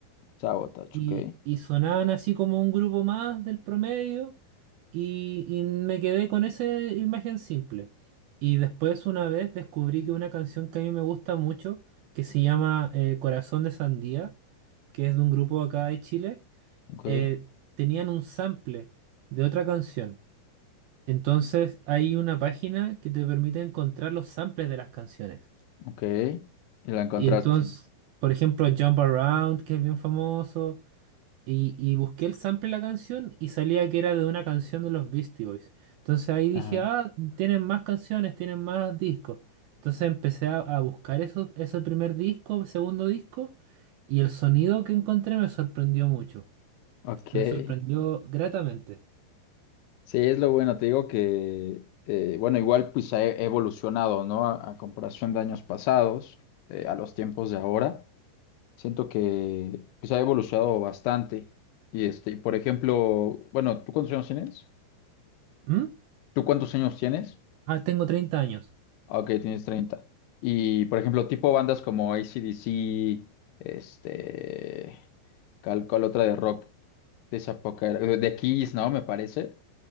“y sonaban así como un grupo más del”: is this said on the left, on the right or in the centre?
Right